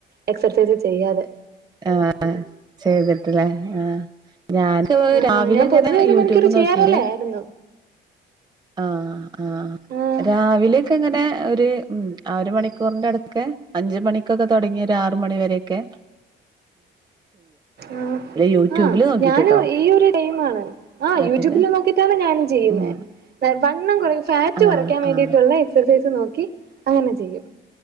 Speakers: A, on the right; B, on the right.
A: എക്സർസൈസ് ചെയ്യാതെ
B: ആ ചെയ്തിട്ട് അല്ല ആ ഞാൻ
A: ആഹ്
B: രാവിലെ
A: ആഹ് ഞാൻ
B: ഇങ്ങനെ
A: പൊതുവേ ഒരു
B: യൂട്യൂബ്
A: മണിക്കൂർ
B: നോക്കീല്
A: ചെയ്യാറുള്ളയായിരുന്നു.
B: ആ ആ
A: ആഹ്
B: രാവിലെയക്കെ എങ്ങനെ ഒരു ഉ ആ ഒരു മണിക്കൂറിന്റെ അടുത്ത് അഞ്ച മണിക്കൊക്കെ തുടങ്ങിയ ഒരു ആറ മണിവരൊക്കെ
A: ആ
B: യൂട്യൂബില്
A: ആ
B: നോക്കിട്ട്ട്ടോ
A: ഞാനും ഈ ഒരു ഡെയി ആണ് ആ
B: ഒറ്റക്ക്
A: യൂട്യൂബില് നോക്കിട്ടാണ് ഞാനും ചെയ്യുന്നത്
B: ഉം
A: വണ്ണം കു ഫാറ്റ്
B: ആഹ്
A: കുറക്കാൻ വേണ്ടീട്ടുള്ള
B: ആഹ്
A: എക്സസൈസ് നോ അങ്ങനെ ചെയ്യും